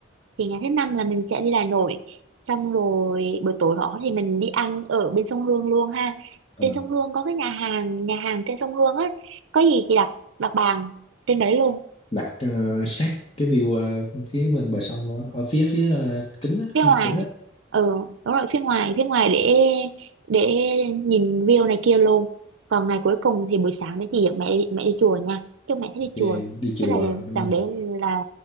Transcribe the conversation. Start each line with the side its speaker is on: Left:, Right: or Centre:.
Right: thì ngày thứ năm là mình sẽ đi Đại Nội xong rồi buổi tối đó thì mình đi ăn ở bên sông Hương luôn ha
Left: ờ,
Right: trên sông Hương có cái nhà hàng nhà hàng trên sông Hương ấy có gì thì đặt đặt bàn trên đấy luôn
Left: đặt ờ, sát cái view ờ, phía bên bờ sông luôn á ở phía phía ờ, kính á cái
Right: phía ngoài
Left: mặt kính á
Right: ừ đúng rồi phía ngoài phía ngoài để
Left: ờ,
Right: để nhìn view này kia luôn còn ngày cuối cùng thì buổi sáng đấy chị dẫn mẹ đi, mẹ đi chùa nha chứ mẹ thích
Left: ok
Right: đi chùa
Left: đi chùa
Right: thế là
Left: đúng
Right: sáng
Left: rồi
Right: đấy là